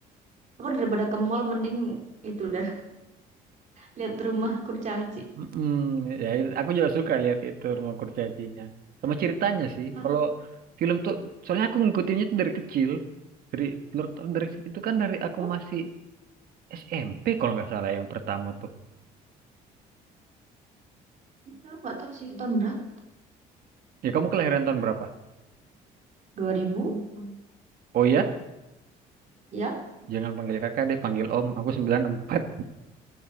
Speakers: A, on the right (about 50°); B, on the right (about 65°).
A: Aku daripada ke mall mending itu dah lihat rumah kurcaci.
B: Mm-mm. Ya, it- aku juga suka lihat itu rumah kurcacinya. Sama ceritanya sih.
A: Hah?
B: Kalau film tuh, soalnya aku ngikutinnya tuh dari kecil. Dari Lord of the Rings itu kan dari aku
A: Oh,
B: masih SMP kalau nggak salah yang pertama tuh.
A: aku nggak tahu sih tahun berapa?
B: Ya kamu kelahiran tahun berapa?
A: dua ribu.
B: Oh ya,
A: Ya?
B: jangan panggil kakak deh, panggil om. Aku 94.